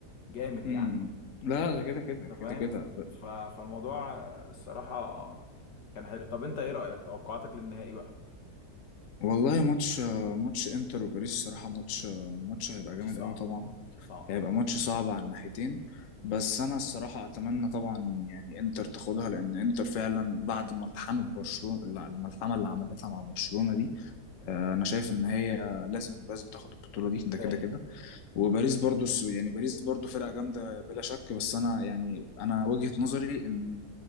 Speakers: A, on the left (about 70°); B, on the left (about 60°).
A: جامد
B: امم
A: يعني
B: لا ده كده كده
A: انت فاهم
B: كده كده
A: ف... فالموضوع الصراحة كان حلو طب انت ايه رأيك توقعاتك للنهائي بقى
B: والله ماتش ماتش انتر وباريس الصراحة ماتش ماتش هيبقى
A: ماتش
B: جامد
A: صعب
B: قوي طبعا
A: ماتش صعب
B: هيبقى ماتش صعب على الناحيتين بس انا الصراحة اتمنى طبعا يعني انتر تاخدها لان انتر فعلا بعد ملحمة برشلونة لا، الملحمة اللي عملتها مع برشلونة دي آه، انا شايف ان هي لازم لازم تاخد البطولة دي ده
A: فاهم
B: كده كده وباريس برضو س- يعني باريس برضو فرقة جامدة بلا شك بس انا يعني انا وجهة نظري ان